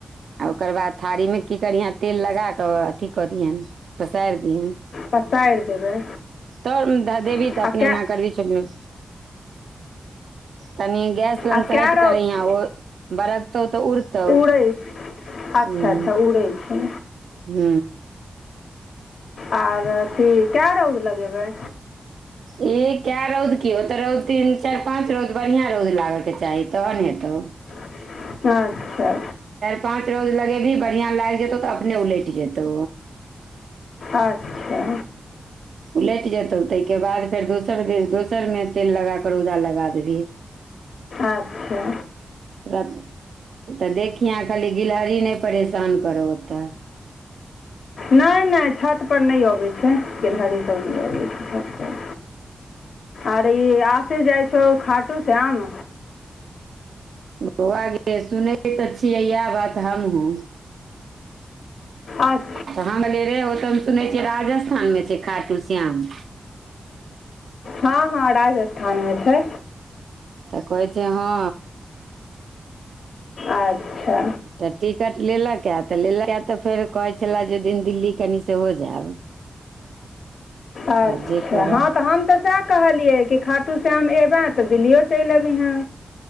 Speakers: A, on the right (about 80°); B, on the left (about 80°).
A: आ ओकर बाद थारी मे की करयहाँ तेल लगा कऽ अथी कऽ दियहनि पसारि दियनि
B: पसारि देबै
A: त दादे भी
B: आ
A: तऽ अपने
B: कै
A: अना करबीही त तनी गैस लगसँ
B: आ कै
A: हट
B: रौद
A: क रहिये बरकतौ तऽ उड़तौ
B: उड़ैत अच्छा
A: ह,
B: अच्छा उड़ैत छै
A: हू,
B: आर अथी क‌ए रौद लगेबै।
A: ए कए रौद की तऽ रौद तीन चारि पाँच रौद बढ़िआं रौद लागयके चाही तहन हेतौ,
B: अच्छा अच्छा,
A: पाँंच रौद लगेबही बढ़ियां लागि जेतौ तऽ अपने उलट जेतौ
B: आच्छा
A: उलटि जेतौ ताहिके बाद फेर दोसर बेर दोसरमे तेल लगा कऽ रौदा लगा देबही
B: अच्छा
A: त तऽ देखिह खाली गिलहरी नहि परेशान करौ ओतऽ
B: नहि नहि छत पर नहि अबै छै गिलहारी सब नहि आबै छै छत पर आरे ई आसे जाइ छौ खाटू श्याम,
A: बौआ गे सुनै तऽ छियै इएह बात हमहुं
B: अच्छा
A: तऽ हम एलियै रे ओतऽ सुनै छियै राजस्थानमे छै खाटु श्याम,
B: हँ हँ राजस्थानमे छै।
A: तऽ कहै छै हँ,
B: आच्छा,
A: तऽ टिकट लेलक ए तऽ लेलक तऽ फेर कहै छले जे दिन दिल्ली कनि सेहो जायब।
B: आच्छा
A: तऽ आब जे करए
B: हँ तऽ हम तऽ, सएह कहलियै कि खाटू श्याम एबै तऽ दिल्लियो चलि अबीहेँ,